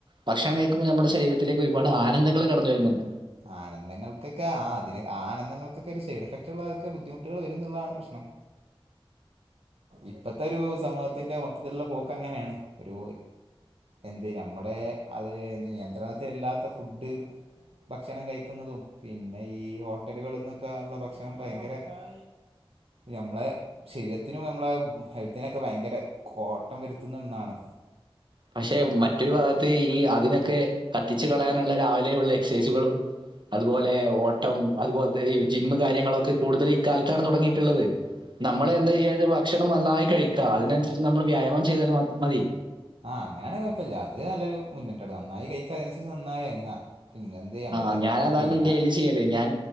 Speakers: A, on the right; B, on the right.
A: ഭക്ഷണം കഴിക്കുമ്പോ നമ്മടെ ശരീരത്തിലേക്ക് ഒരുപാട് ആനന്ദങ്ങൾ കടന്നു വരുന്ന്ണ്ട്
B: ആനന്ദങ്ങൾക്കൊക്കെ ആഹ് ഇതിനെ ആനന്തങ്ങൾക്കൊക്കെ ഒരു സൈഡ്ഫക്ട് ഉള്ള ഇതൊക്കെ ബദ്ധിമുട്ടുകൾ വരും എന്നുള്ളാണ് പ്രശ്നം ഇപ്പത്തെ ഒരു സമൂഹത്തിന്റെ മൊത്തത്തില്ള്ള പോക്ക് അങ്ങനെ ആണ് ഒരു എന്ത് നമ്മുടെ അത് എന്ത് നിയന്ത്രണത്തില്ലാത്ത ഫുഡ് ഭക്ഷണം കഴിക്കുന്നതും പിന്നെ ഈ ഹോട്ടലുകളിൽ നിന്നൊക്കെ ഇള്ള ഭക്ഷണം ഭയങ്കെര <unintelligible> ഞമ്മളെ ശരീരത്തിനും നമ്മളെ ഹെൽത്തിനൊക്കെ ഭയങ്കര കോട്ടം വരുത്തുന്ന എന്നാണ്.
A: പക്ഷെ മറ്റൊരു ഭാഗത്ത് ഈ അതിനൊക്കെ കത്തിച്ച് കളയാനുള്ള രാവിലെ ഉള്ള എക്സസൈസുകളും അതുപോലെ ഓട്ടം അതുപോലെ ഈ ജിമ്മ് കാര്യങ്ങളൊക്കെ കൂടുതല് ഇ കാലത്താണ് തൊടങ്ങീട്ട്ള്ളത്. നമ്മള് എന്താ ചെയ്യാത് ഭക്ഷണം നന്നായി കഴിക്കാ. അതിനനൻസരിച്ച് നമ്മൾ വ്യായാമം ചെയ്താല് <unintelligible> മതി
B: ആഹ് അങ്ങനെ ആണെ കൊഴപ്പല്ല. അത് നല്ലൊരു മുന്നേറ്റട നന്നായി കഴിക്കാ അതിനൻസരിച്ച് നന്നായി വയങ്ങ പിന്നെന്ത് നമ്മള്
A: ആഹ് ഞാനതാണ്
B: പിന്നെ
A: ഇന്റെ ലിസ് ചെയ്യല് ഞാൻ